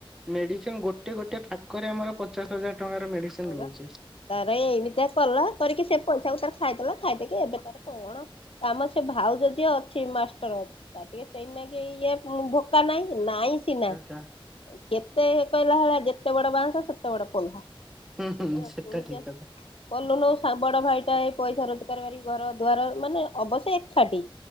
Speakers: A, in the centre; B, on the left (about 80°).
A: ମେଡିସିନ ଗୋଟେ ଗୋଟେ ଫା କରେ ଆମର ପଚାଶ ହଜାର ଟଙ୍କାର ମେଡିସିନ
B: ହଁ
A: ରହୁଛି।
B: ବା। ତାର ଏଇମିତିଆ କଲା କରିକି ସେ ପଇସାକୁ ତାର ଖାଇଦେଲା ଖାଇଦେଇକି ଏବେ ତାର କଣ ଆମ ସେ ଭା ଆଉ ତ ଯିଏ ଅଛି ମାଷ୍ଟର ଅଛି ତାର ଟିକେ ସେଇଥି ନାଈକିି ଇଏ ଉଁ ଭୋକା ନାଇଁ ନାଇଁ। ସିନା
A: ଆଜ୍ଞା
B: କେତେ କହିଲା ହେଲା ଯେତେ ବଡ ବାଂସ ସେତେ ବଡ ପୋଲଃ।
A: ହୁଁ
B: କି
A: ହୁଁ
B: ଜାଣେ
A: ସେଟା
B: ତୁ
A: ଠିକ
B: ଯେ
A: କଥା
B: କଲୁନୁ। ବଡ ଭାଇ ଟା ଏଇ ପଇସା ରୋଜଗାର କରିକୁ ଘର ଦ୍ୱାର ମାନେ ଅବଶ୍ୟ ଏକାଠି।